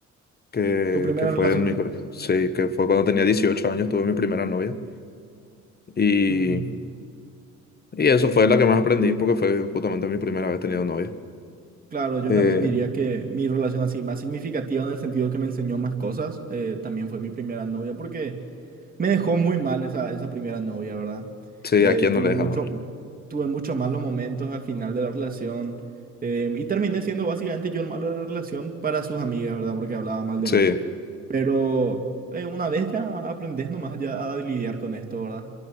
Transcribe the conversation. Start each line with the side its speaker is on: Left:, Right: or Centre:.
Left: que,
Right: ¿Tu primera
Left: que fue
Right: relación?
Left: en mi colegio. Sí, que fue cuando tenía 18 años, tuve mi primera novia. Y,
Right: Mm.
Left: y eso fue la que más aprendí porque fue justamente mi primera vez teniendo novia.
Right: Claro, yo
Left: Eh,
Right: también diría que mi relación así más significativa en el sentido que me enseñó más cosas, eh, también fue mi primera novia, porque me dejó muy mal esa, esa primera novia, ¿verdad?
Left: sí,
Right: Eh,
Left: a quién
Right: tuve
Left: no le
Right: mucho,
Left: deja mal.
Right: tuve muchos malos momentos al final de la relación, eh, y terminé siendo básicamente yo el malo de la relación para sus amigas, ¿verdad? Porque hablaba mal de
Left: Sí,
Right: mí. Pero eh, una vez ya aprendes nomás ya a lidiar con esto, ¿verdad?